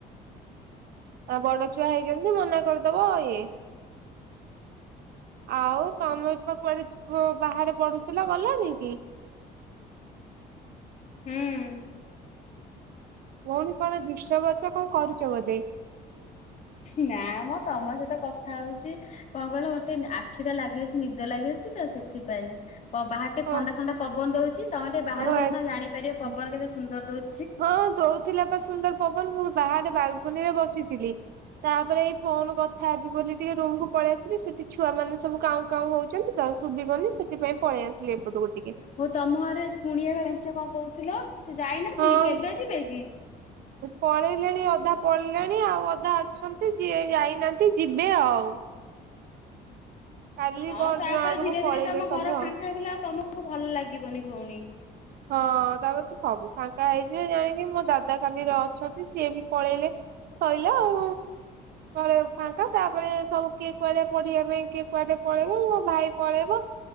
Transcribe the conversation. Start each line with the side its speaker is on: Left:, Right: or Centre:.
Right: ଆ ବଡ ଛୁଆ ହେଇଛନ୍ତି ମନା କରିଦବ ଇଏ ଆଉ ତମ ପା କୁଆଡେ ଯ ବାହାରେ ପଡୁଥିଲା ଗଲାନି କି
Left: ହୁଁ
Right: ଭଉଣୀ କଣ ଦିଷ୍ଟର୍ବ ଅଛ କଣ କରୁଛ ବୋଧେ
Left: ନା ମ ତମ ସହିତ କଥା ହଉଛି କଣ କହିଲ ଗୋଟେ ଆଖି ଟା ଲାଗିଯାଇଛି ନିଦ ଲାଗି ରଛି ତ ସେଥିପାଇଁ ବାହାର ଟେ
Right: ଓ
Left: ଥଣ୍ଡା ଥଣ୍ଡା ପବନ ଦଉଛି ତମେ ଟିକେ ବାହାରକୁ
Right: ଓ
Left: ଆସୁନ ଜାଣିପାରିବ ପବନ କେତେ ସୁନ୍ଦର ଦଉଛି
Right: ହଁ ଦଉଥିଲା ବା ସୁନ୍ଦର ପବନ ମୁଁ ବାହାରେ ବାଲକୁନି ରେ ବସିଥିଲି ତାପରେ ଏଇ ଫୋନ କଥା ହେବି ବୋଲି ଟିକେ ରୁମ୍ କୁ ପଳେଇ ଆସିଲି ସେଠି ଛୁଆ ମାନେ ସବୁ କାଉଁ କାଉଁ ହଉଛନ୍ତି ତ ଶୁଭିବନି ସେଥିପାଇଁ ପଳେଇ ଆସିଲି ଏପଟକୁ ଟିକେ
Left: ହଁ ତମ ଘରେ ପୁଣିଆ ମେଞ୍ଚେ କଣ କହୁଥିଲ ସେ ଯାଇନାହାନ୍ତି
Right: ହଁ
Left: କି କେବେ ଯିବେ କି
Right: ପଳେଇଲେଣି ଅଧା ପଳେଇଲେଣି ଆଉ ଅଧା ଅଛନ୍ତି ଯିଏ ଯାଇନାହାନ୍ତି ଯିବେ ଆଉ କାଲି
Left: ହଁ
Right: ପରଦିନ
Left: ତାପରେ
Right: ଆଡକୁ
Left: ଧୀରେ
Right: ପଳେଇବେ
Left: ଧୀରେ ତମ
Right: ସବୁ
Left: ଘର
Right: ଆଉ।
Left: ଫାଙ୍କାହେଲେ ଆଉ ତମକୁ ଭଲ ଲାଗିବନି ଭଉଣୀ।
Right: ହଁ ତାପରେ ତ ସବୁ ଫାଙ୍କା ହେଇଯିବେ ଜାଣିକି ମୋ ଦାଦା ଖାଲି ରଛି ଅଛନ୍ତି ସିଏ ବି ପଳେଇଲେ ସଇଲା ଆଉ ଘରେ ଫାଙ୍କା ତାପରେ ସବୁ କିଏ କୁଆଡେ ପଢିବା ପାଇଁ କିଏ କୁଆଡେ ପଳେଇବ ମୋ ଭାଇ ପଳେଇବ